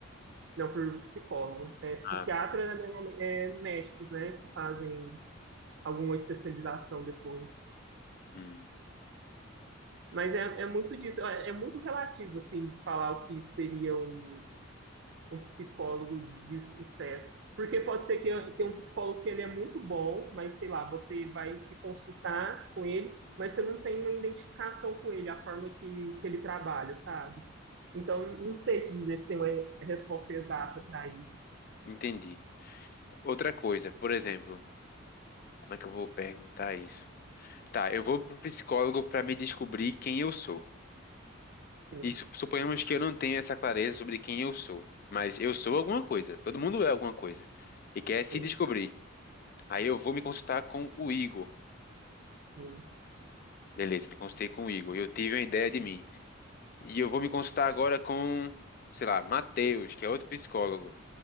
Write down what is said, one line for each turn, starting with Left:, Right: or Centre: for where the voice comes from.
Right: não por psicólogo, é psiquiatra
Left: Ah,
Right: normalmente é médicos, né, que fazem alguma especialização depois.
Left: hum,
Right: Mas é, é muito disso, é é muito relativo, assim, falar o que seria um, um psicólogo de sucesso. Porque pode ser que tenha um psicólogo que ele é muito bom, mas sei lá, você vai se consultar com ele, mas você não tem uma identificação com ele, a forma que, que ele trabalha, sabe? Então, não sei te dizer se tem uma resposta exata para isso.
Left: entendi. Outra coisa, por exemplo, como é que eu vou perguntar isso? Tá, eu vou pro psicólogo para me descobrir quem eu sou.
Right: Sim,
Left: E su- suponhamos que eu não tenha essa clareza sobre quem eu sou, mas eu sou alguma coisa. Todo mundo é alguma coisa e quer se
Right: sim,
Left: descobrir. Aí eu vou me consultar com o Igor.
Right: sim.
Left: Beleza, me consultei com o Igor. Eu tive uma ideia de mim. E eu vou me consultar agora com, sei lá, Matheus, que é outro psicólogo.